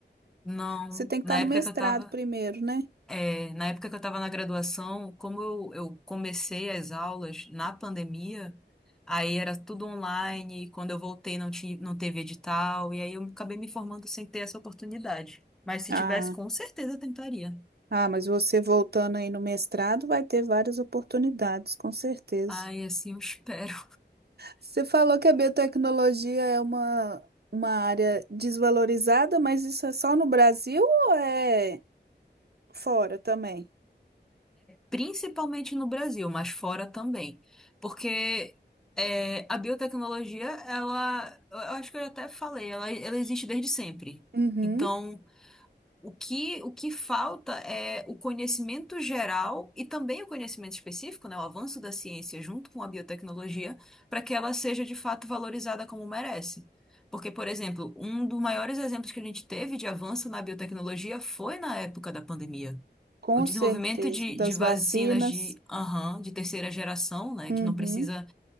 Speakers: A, in the centre; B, on the right (about 60°).
A: Não.
B: Você tem que
A: Na
B: estar no
A: época
B: mestrado
A: que eu tava.
B: primeiro, né?
A: é, na época que eu tava na graduação, como eu, eu comecei as aulas na pandemia, aí era tudo online, e quando eu voltei não tinha, não teve edital, e aí eu acabei me formando sem ter essa oportunidade. Mas se
B: Ah,
A: tivesse, com certeza eu tentaria.
B: ah, mas você voltando aí no mestrado vai ter várias oportunidades, com certeza.
A: Ai, assim eu espero.
B: Você falou que a biotecnologia é uma, uma área desvalorizada, mas isso é só no Brasil ou é fora também?
A: principalmente no Brasil, mas fora também. Porque é, a biotecnologia, ela, eu acho que eu até falei, ela, ela existe desde sempre.
B: Uhum,
A: Então, o que, o que falta é o conhecimento geral e também o conhecimento específico, né, o avanço da ciência junto com a biotecnologia, para que ela seja de fato valorizada como merece. Porque, por exemplo, um dos maiores exemplos que a gente teve de avanço na biotecnologia foi na época da pandemia
B: com
A: o desenvolvimento
B: certeza.
A: de,
B: Das
A: de vacinas
B: vacinas.
A: de, aham, de terceira geração, né,
B: Uhum,
A: que não precisa,